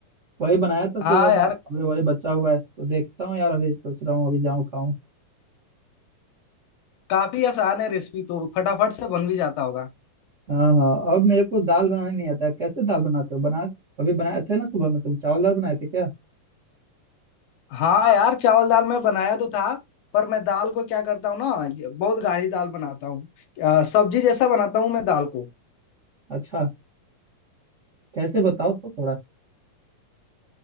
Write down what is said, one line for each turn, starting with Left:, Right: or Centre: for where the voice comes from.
Right: वही बनाया था सुबह
Left: हाँ
Right: में
Left: यार
Right: अभी वही बचा हुआ है तो देखता हूँ यार अभी सोच रहा हूँ अभी जाऊँ खाऊं
Left: काफी आसान है रेसिपी तो फटाफट से बन भी जाता होगा
Right: हाँ हाँ और मेरे को दाल बनानी नहीं आता कैसे दाल बनाते हो बना अभी बनाए थे ना सुबह में तुम चावल दाल बनाए थे क्या
Left: हाँ यार चावल दाल मैं बनाया तो था पर मैं दाल को क्या करता हूँ ना ज- बहुत गाढ़ी दाल बनाता हूँ अ, सब्जी जैसा बनाता हूँ मैं दाल को
Right: अच्छा कैसे बताओ तो थोड़ा